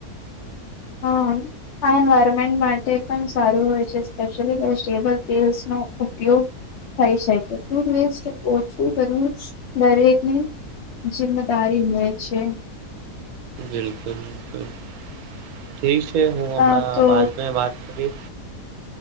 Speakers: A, on the left; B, on the right.
A: હ આ એન્વાયરમેન્ટ માટે પણ સારું હોય છે, સ્લી વેબ પ ન ઉપયોગ થઈ શકે ફૂડ વસ્ટ ઓછું કરવું દરેકની જિમ્મેદારી હોય છે,
B: <unintelligible> હું હમણાં
A: આ તો
B: બાદ વાત કરી